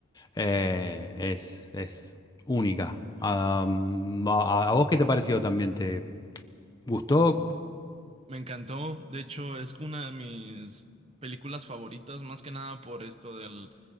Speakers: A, on the left; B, on the right.
A: eh, es, es única. Ah, mm, a, a vos qué te pareció también? ¿Te gustó?
B: Me encantó, de hecho es una de mis películas favoritas, más que nada por esto del,